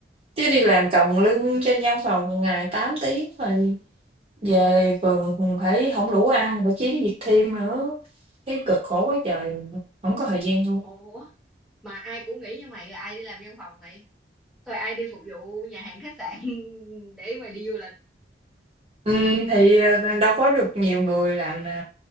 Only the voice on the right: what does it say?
chứ đi làm còng lưng trên văn phòng ngày 8 tiếng rồi về vườn phải không đủ ăn phải kiếm việc thêm nữa cái cực khổ quá trời không có thời gian luôn
ừ, thì ờ, đâu có được nhiều người làm ờ,